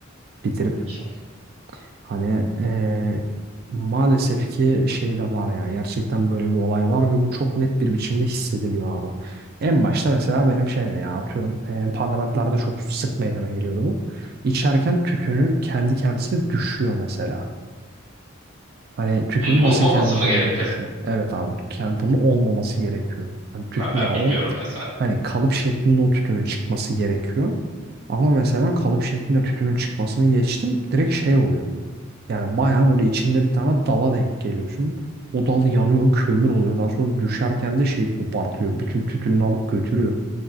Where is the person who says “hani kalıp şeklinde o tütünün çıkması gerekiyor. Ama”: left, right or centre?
Right